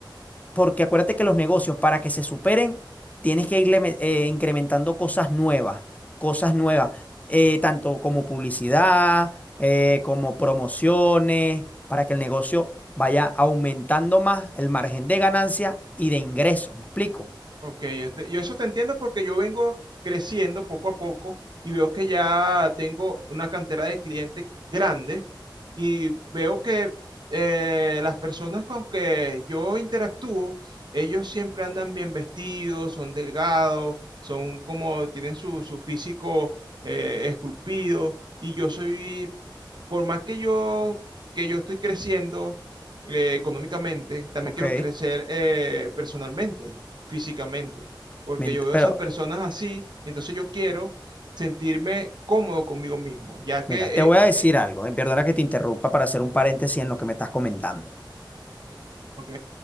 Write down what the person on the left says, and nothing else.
porque acuérdate que los negocios, para que se superen, tienes que irle me- eh, incrementando cosas nuevas, cosas nuevas, eh, tanto como publicidad, eh, como promociones, para que el negocio vaya aumentando más el margen de ganancia y de ingresos. ¿Me explico?
Ok.
Me ent-
Pero
Mira, te voy
a decir
algo, eh, Perdona que te interrumpa para hacer un paréntesis en lo que me estás comentando.